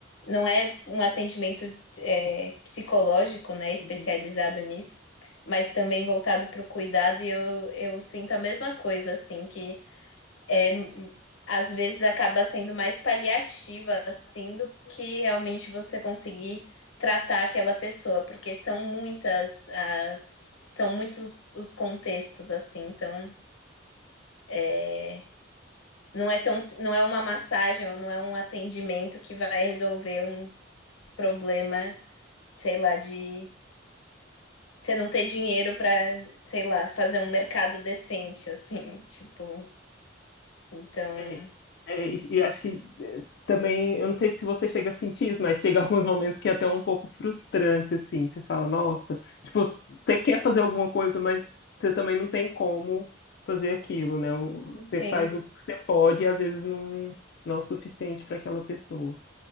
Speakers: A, on the left; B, on the left.
A: Não é um atendimento é, psicológico, né, especializado
B: Uhum.
A: nisso, mas também voltado para o cuidado, e eu, eu sinto a mesma coisa, assim, que é, hum, às vezes acaba sendo mais paliativa, assim, do que realmente você conseguir tratar aquela pessoa, porque são muitas as, são muitos os contextos, assim, então. é, não é tão, si, não é uma massagem ou não é um atendimento que vai resolver um problema, sei lá, de você não ter dinheiro para, sei lá, fazer um mercado decente, assim, <laughs> tipo, então,
B: É, é, e e acho que é, também, eu não sei se você chega a sentir isso, mas chega <laughs> alguns momentos que é até um pouco frustrante, assim. Você fala, nossa, tipo, você quer fazer alguma coisa, mas você também não tem como fazer aquilo, né? O-
A: entendo,
B: Você faz o que você pode e às vezes não, não é o suficiente para aquela pessoa.